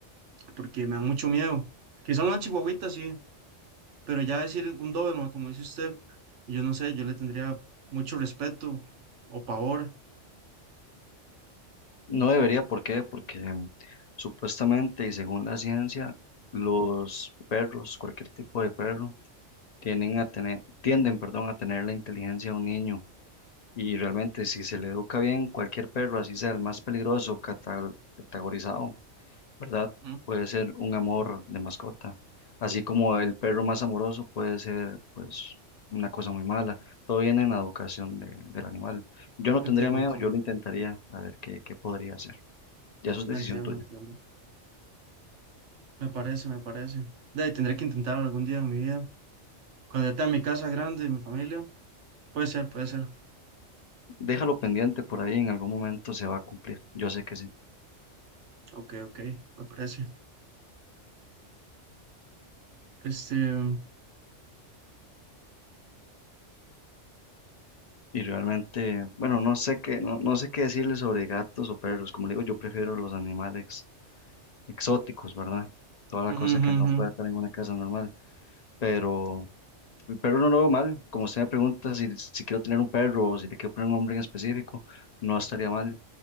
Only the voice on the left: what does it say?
No debería, ¿por qué? Porque em, supuestamente y según la ciencia, los perros, cualquier tipo de perro, tienen a tener, tienden, perdón, a tener la inteligencia de un niño. Y realmente, si se le educa bien, cualquier perro, así sea el más peligroso, cata- categorizado, ¿verdad?
Puede ser un amor de mascota. Así como el perro más amoroso puede ser, pues, una cosa muy mala. Todo viene en la educación de- del animal. Yo no
tendría miedo,
yo lo intentaría, a ver qué, qué podría hacer. Ya eso es decisión
tuya.
Déjalo pendiente por ahí, en algún momento se va a cumplir. Yo sé que sí.
Y realmente, bueno, no sé qué, no, no sé qué decirle sobre gatos o perros. Como le digo, yo prefiero los animales exóticos, ¿verdad? Toda la
cosa que
no puede estar en una casa normal. Pero el perro no lo veo mal. Como usted me pregunta si, si quiero tener un perro o si le quiero poner un nombre en específico, no estaría mal.